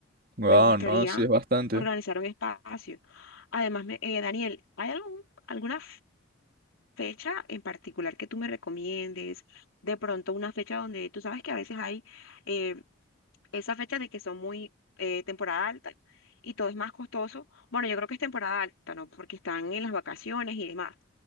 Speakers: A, on the right; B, on the left.
A: wow,
B: me gustaría
A: no, sí es bastante.
B: organizar un espacio. Además, me- eh, Daniel, ¿hay algún, alguna fecha en particular que tú me recomiendes, de pronto una fecha donde tú sabes que a veces hay eh, esa fecha de que son muy eh, temporada alta y todo es más costoso. Bueno, yo creo que es temporada alta, ¿no? Porque están en las vacaciones y demás,